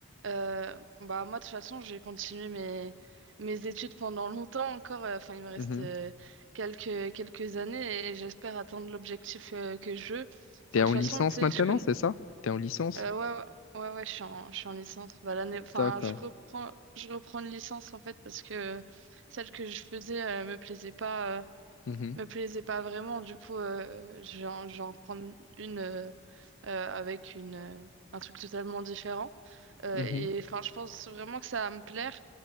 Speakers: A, on the right (about 65°); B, on the left (about 75°).
A: Euh, bah moi de toute façon j'ai continué mes mes études pendant longtemps encore. euh, Enfin il me reste
B: Mhm.
A: euh, quelques quelques années et j'espère atteindre l'objectif euh, que je veux. Enfin
B: T'es
A: de
B: en
A: toute façon
B: licence
A: tu sais
B: maintenant,
A: je connais.
B: c'est ça? T'es en licence?
A: Euh, ouais ouais ouais ouais, je suis en je suis en licence. Bah l'année enfin
B: D'accord.
A: je reprends je reprends une licence en fait parce que celle que je faisais euh, me plaisait pas euh,
B: Mhm.
A: me plaisait pas vraiment. Du coup, euh, je vais en, je vais en prendre une euh, euh, avec une, euh, un truc totalement différent. Euh,
B: Mhm.
A: et enfin, je pense vraiment que ça va me plaire.